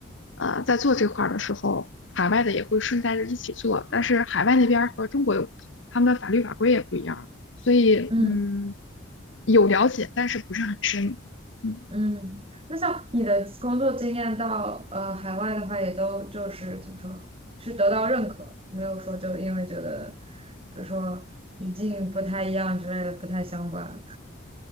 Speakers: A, on the left; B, on the right.
A: 呃在做这块儿的时候，海外的也会顺带着一起做，但是海外那边儿和中国有不同，他们的法律法规也不一样，所以嗯
B: 嗯
A: 有了解，但是不是很深。嗯。
B: 嗯。那像你的工作经验到呃海外的话，也都就是怎么说，是得到认可，没有说就因为觉得，比如说语境不太一样之类的，不太相关。